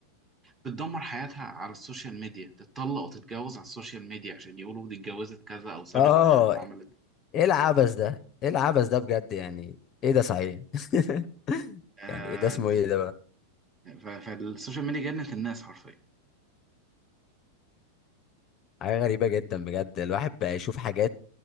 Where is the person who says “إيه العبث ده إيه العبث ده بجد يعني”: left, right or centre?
Left